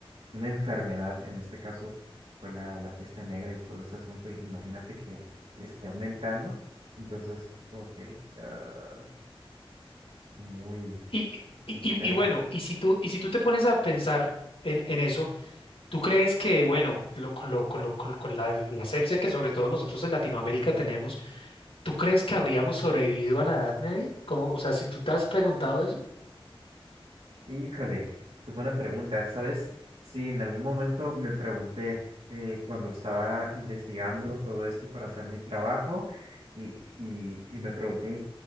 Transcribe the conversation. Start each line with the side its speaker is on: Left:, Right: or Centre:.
Right: una enfermedad, en este caso fue la, la peste negra y todo ese asunto, y imagínate que esté aumentando. Entonces, como que ah, muy,
Left: Y,
Right: muy
Left: y, y-
Right: feo.
Left: y bueno, y si tú, y si tú te pones a pensar en, en eso, ¿tú crees que, bueno, lo- con, lo, con, lo, con, con la, la asepsia que sobre todo nosotros en Latinoamérica tenemos, ¿tú crees que habríamos sobrevivido a la Edad Media? Como, o sea, si tú te has preguntado eso.
Right: Híjole, qué buena pregunta. ¿Sabes? Sí, en algún momento me pregunté eh, cuando estaba investigando todo esto para hacer mi trabajo y, y, y me pregunté,